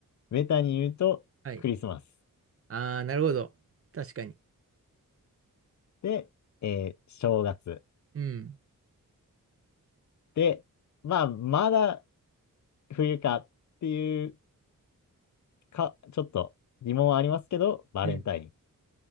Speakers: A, on the left; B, on the right.
A: ベタに言うと、
B: はい。
A: クリスマス。
B: ああ、なるほど。確かに。
A: で、えー正月。
B: うん。
A: で、まあ、まだ冬かっていうか、ちょっと疑問はありますけど、バレンタイン。
B: うん。